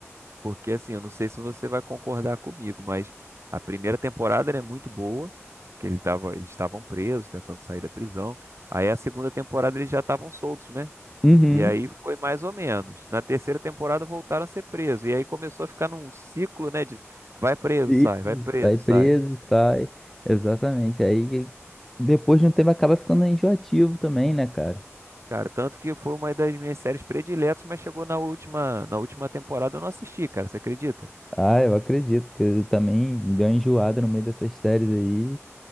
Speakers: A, on the right; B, in the centre.
A: Porque assim, eu não sei se você vai concordar comigo, mas a primeira temporada ela é muito boa, que ele tava, eles estavam presos, tentando sair da prisão. Aí a segunda temporada eles já estavam soltos, né?
B: Uhum.
A: E aí foi mais ou menos. Na terceira temporada voltaram a ser presos. E aí começou a ficar num ciclo, né? De vai preso,
B: E
A: sai, vai preso,
B: vai
A: sai.
B: preso, sai. Exatamente. Aí depois de um tempo acaba ficando enjoativo também, né, cara?
A: Cara, tanto que foi uma das minhas séries prediletas, mas chegou na última, na última temporada eu não assisti, cara. Você acredita?
B: Ah, eu acredito que eu também deu uma enjoada no meio dessas séries aí.